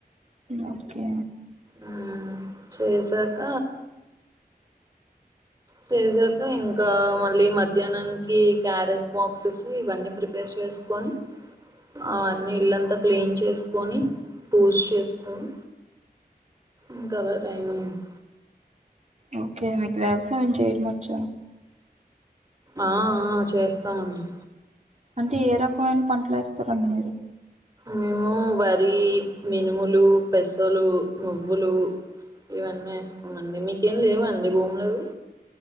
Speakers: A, on the right (about 45°); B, on the right (about 20°).
A: ఓకే
B: మ్ చేసాక చేసాక ఇంకా మళ్ళి మధ్యనానికి క్యారేజ్ బాక్ సుస్ ఇవన్ని ప్రిపేర్ చేసుకొని అ అన్ని ఇల్లంతా క్లీన్ చేసుకొని పూజ్ చేసుకొని ఇంకవ్ టైమైంది
A: ఓకే మికు వ్యవసాయం చేయడం ఒచ్చ
B: ఆ ఆ చేస్తామండి
A: అంటే ఏ రకమైన పంటల్ ఏస్తారండి మీరు
B: మేము వరి మినుములు పెస్సలు నువ్వులు ఇవన్నీ ఏస్తామండి. మీకేం లేవండి భూములవి